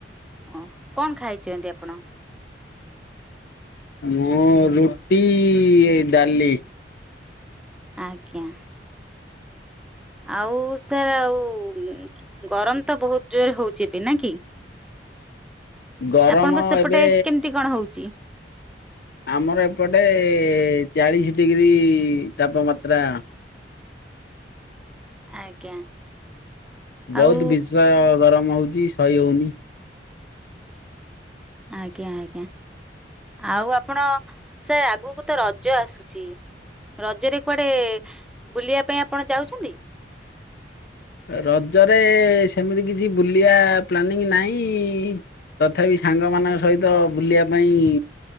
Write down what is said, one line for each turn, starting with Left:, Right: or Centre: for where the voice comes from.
Centre: ହଁ କଣ ଖାଇଚନ୍ତି ଆପଣ?
Left: ମୁଁ ରୁଟି ଏଇ ଡାଲି।
Centre: ଆଜ୍ଞା। ଆଉ ସାର୍ ଆଉ ଗରମ ତ ବହୁତ ଜୋରରେ ହଉଚି ଏବେ ନା କି?
Left: ଗରମ
Centre: ଆପଣଙ୍କ ସେପଟେ
Left: ଏବେ
Centre: କେମିତି କଣ ହଉଛି?
Left: ଆମର ଏପଟେ ଚାଳିସି ଡିଗ୍ରୀ ତାପମାତ୍ରା
Centre: ଆଜ୍ଞା। ଆଉ
Left: ବହୁତ ବିଷ ଗରମ ହଉଚି ସହି ହଉନି।
Centre: ଆଜ୍ଞା ଆଜ୍ଞା ଆଉ ଆପ ଆପଣ ସାର ଆଗକୁ ତ ରଜ ଆସୁଚି ରଜରେ କୁଆଡେ ବୁଲିବା ପାଇଁ ଆପଣ ଯାଉଚନ୍ତି।
Left: ରଜରେ ସେମିତି କିଛି ବୁଲିବା ପ୍ଲାନିଂ ନାହିଁ ତଥାପି ସାଙ୍ଗମାନଙ୍କ ସହିତ ବୁଲିବା ପାଇଁ